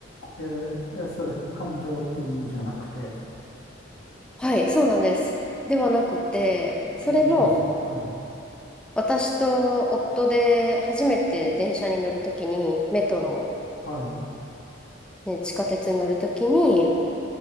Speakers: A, on the left; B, in the centre.
A: え、ええ、それ、感情って意味じゃなくて、
B: はい、そうなんです。ではなくて、それも、
A: 現金。はい、
B: 私と夫で初めて電車に乗るときに、メトロ、
A: はい、
B: ね、地下鉄に乗るときに、